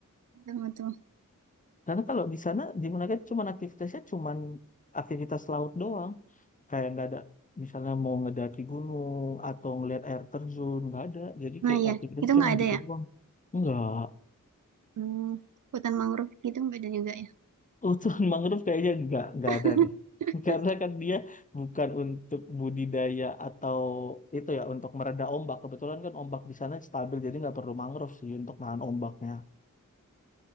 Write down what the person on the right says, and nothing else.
betul, betul.
Nah
iya,
itu
nggak ada
ya?
Hmm, hutan mangrove gitu nggak ada juga ya?
<laughs>